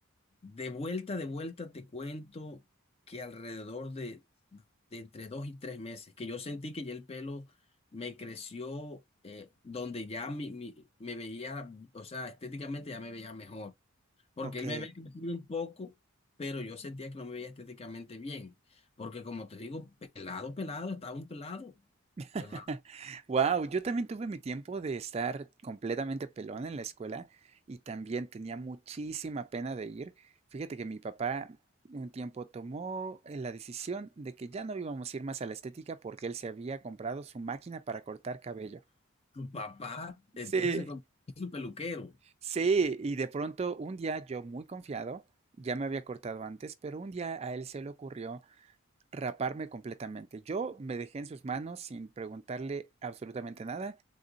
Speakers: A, on the left; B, on the right.
A: de vuelta, de vuelta te cuento que alrededor de, de entre dos y tres meses, que yo sentí que ya el pelo me creció, eh, donde ya mi, mi- me veía, o sea, estéticamente ya me veía mejor. porque
B: Ok.
A: él me había crecido un poco, pero yo sentía que no me veía estéticamente bien, porque como te digo, pelado, pelado, estaba un pelado,
B: <laughs>
A: ¿verdad?
B: Wow, yo también tuve mi tiempo de estar completamente pelón en la escuela y también tenía muchísima pena de ir. Fíjate que mi papá un tiempo tomó la decisión de que ya no íbamos a ir más a la estética porque él se había comprado su máquina para cortar cabello.
A: Tu papá, entonces
B: Sí.
A: se convirtió en su peluquero.
B: Sí, y de pronto un día yo muy confiado, ya me había cortado antes, pero un día a él se le ocurrió raparme completamente. Yo me dejé en sus manos sin preguntarle absolutamente nada